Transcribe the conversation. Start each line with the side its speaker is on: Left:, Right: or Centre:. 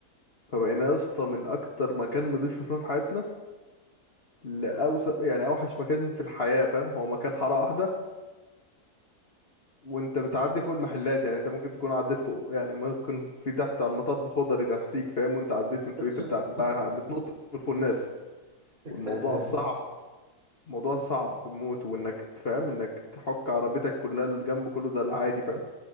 Left: فبقينا يا اسطى من اكتر مكان نضيف شفناه في حياتنا لأوسط يعني اوحش مكان في الحياة فاهم هو مكان حارة واحدة وانت بتعدي فوق المحلات يعني انت ممكن تكون عديت فوق يعني ممكن في تحت على المطب خضري تحتيك فاهم وانت عديت
Right: <laughs>
Left: من فوقيت بتاع بقى بتنط من فوق الناس والموضوع
Right: يا ساتر
Left: صعب موضوع صعب بموت وانك تفهم انك تحك عربيتك كلها الجنب كله ده العادي فاهم